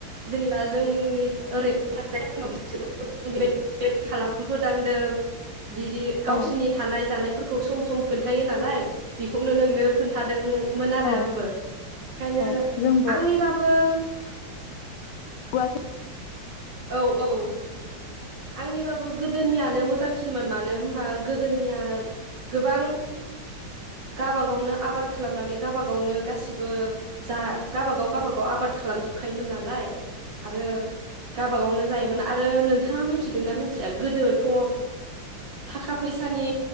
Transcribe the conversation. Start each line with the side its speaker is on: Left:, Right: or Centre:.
Right: जेनेबा जोंनि ओरैबाय <unintelligible> खालामबोदांदों बिदि गावसोरनि
Left: औ
Right: थानाय जानायफोरखौ सम सम खोन्थायो नालाय बेखौनो नोंनो खोन्थादोंमोन आरो
Left: औ
Right: आंबो। ओंखायनो
Left: औ जोंबो
Right: आंनि बाबो बोब
Left: बुआखै
Right: औ औ आंनि बाब बो गोदोनियानो मोजांसिनमोन मानो होन हेनबा गोदोनिया गोबां गाबा गावनो आबाद खालामनानै गाबा गावनो गासिब बो जा गाबागाव गावाबागाव आबाद खालामजोबखायोमोन नालाय आरो गावाबागावनो जायोमोन आरो नोंथाङा मिथिदोंना मिथिया गोदोथ' ओ थाखा फैसानि